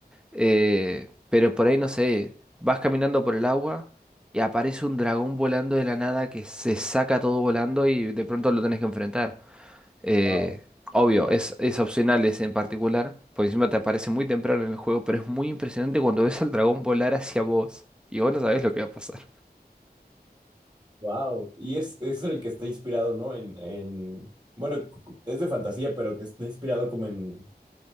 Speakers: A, in the centre; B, on the right.
A: Eh, pero por ahí no sé, vas caminando por el agua y aparece un dragón volando de la nada que se saca todo volando y de pronto lo tenés que enfrentar. Eh,
B: Wow,
A: obvio, es, es opcional ese en particular, por encima te aparece muy temprano en el juego, pero es muy impresionante cuando ves al dragón volar hacia vos y vos no sabés lo que va a pasar.
B: wow. Y es, es el que está inspirado, ¿no? En, en, bueno, es de fantasía, pero que está inspirado como en